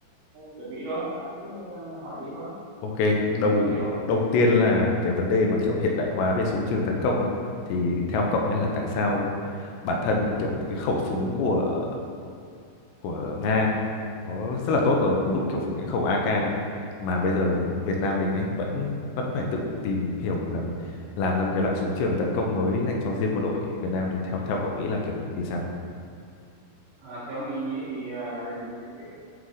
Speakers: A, on the right (about 75°); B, on the left (about 80°).
A: chuẩn bị rồi, bạn cứ ờ, hỏi đi thôi.
B: Ok,
A: Anh em mình
B: đầu
A: cùng tìm hiểu. Ờ,
B: đầu tiên là cái vấn đề mà kiểu hiện đại hóa về súng trường tấn công ấy. Thì theo cậu nhé là tại sao bản thân kiểu những cái khẩu súng của của Nga nó rất là tốt rồi. Ví dụ kiểu những cái khẩu AK ấy, mà bây giờ Việt Nam mình ấy vẫn vẫn phải tự tìm hiểu là làm ra một cái loại súng trường tấn công mới dành cho riêng quân đội Việt Nam thì theo theo cậu nghĩ là kiểu vì sao?
A: À, theo mình ấy thì ờ, để mình tìm hiểu